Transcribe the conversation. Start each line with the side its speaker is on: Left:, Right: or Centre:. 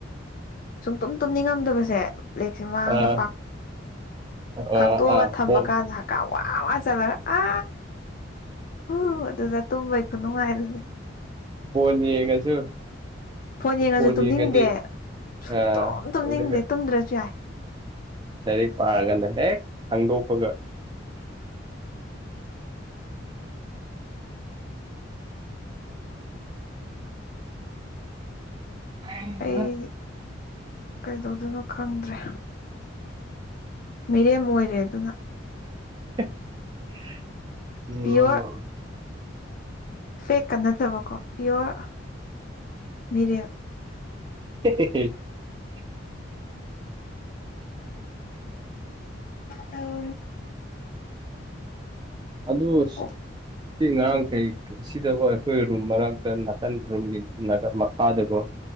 Left: ꯁꯨꯡꯨꯝ ꯇꯨꯝ ꯇꯨꯝꯅꯤꯡꯉꯝꯗꯕꯁꯦ ꯂꯦꯛꯁꯦ ꯃꯃꯥꯡꯗꯥꯛ
Right: ꯑꯥ
Left: ꯐꯥꯛꯇꯣꯛꯑꯒ
Right: ꯑꯥ ꯑꯥ
Left: ꯊꯃ
Right: ꯐꯣꯟ
Left: ꯀꯥꯟꯗ ꯀ ꯋꯥꯋꯥ ꯆꯂ ꯑ ꯍꯣ ꯑꯗꯨꯗ ꯇꯨꯝꯕꯩ ꯈꯨꯅꯨꯡꯉꯥꯏꯔꯗꯤ
Right: ꯐꯅꯤ ꯌꯦꯒꯁꯨ
Left: ꯐꯣꯟ ꯌꯦꯡꯉꯁꯨ
Right: ꯐꯣꯅꯦ
Left: ꯇꯨꯝꯅꯤꯡꯗꯦ
Right: ꯌꯦꯪ ꯉꯗꯦ
Left: ꯁꯨꯡꯇꯨꯝ
Right: ꯑ
Left: ꯇꯨꯝꯅꯤꯡꯗꯦ
Right: ꯑꯗꯨ
Left: ꯇꯨꯝꯗ꯭ꯔꯁꯨ ꯌꯥꯏ
Right: ꯂꯩꯔꯤ ꯄꯥꯔꯒꯅꯦ ꯍꯦ ꯍꯪꯒꯣꯄꯒ
Left: <inaudible>
Right: ꯍ
Left: ꯑꯩ ꯀꯩꯗꯧꯗꯣꯏꯅꯣ ꯈꯪꯗ꯭ꯔꯦ ꯃꯤꯔꯦꯝ ꯑꯣꯏꯔꯦ ꯑꯗꯨꯅ
Right: ꯑ <unintelligible>
Left: ꯄꯤꯌꯣꯔ ꯐꯦꯛꯀ ꯅꯠꯇꯕꯀꯣ ꯄꯤꯌꯣꯔ ꯃꯤꯔꯦꯜ
Right: <inaudible>
Left: ꯇꯧꯔꯤꯁꯤ
Right: ꯑꯗꯨ
Left: ꯀꯣꯛ
Right: ꯁꯤ ꯉꯔꯥꯡ ꯀꯩ ꯁꯤꯗ ꯑꯣꯏ ꯑꯩꯈꯣꯏ ꯔꯨꯝ ꯃꯔꯛꯇ ꯅꯥꯀꯟ ꯔꯨꯝꯒꯤ ꯅꯥ ꯃꯈꯥꯗꯀꯣ